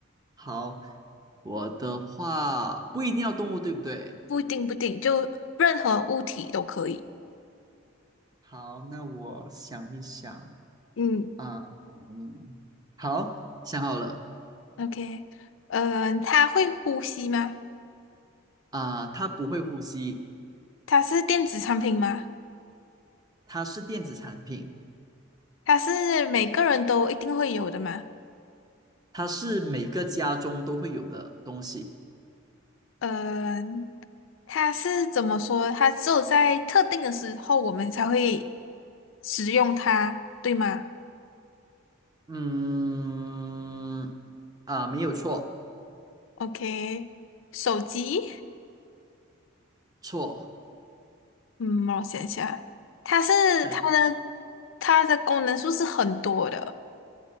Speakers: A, on the right; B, on the left.
A: 好，我的话不一定要动物，对不对？
B: 不一定不一定，就任何物体都可以。
A: 好，那我想一想
B: 嗯
A: 啊，嗯，好，想好了
B: ，OK，嗯、呃，它会呼吸吗？
A: 啊，它不会呼吸，
B: 它是电子产品吗？
A: 它是电子产品，
B: 它是每个人都一定会有的吗？
A: 它是每个家中都会有的东西。
B: 呃，它是怎么说？它只有在特定的时候，我们才会使用它，对吗
A: 嗯，啊，没有错，
B: ？OK，手机，
A: 错，
B: 嗯，让我想一下，它是它的
A: 再讲，
B: 它的功能数是很多的。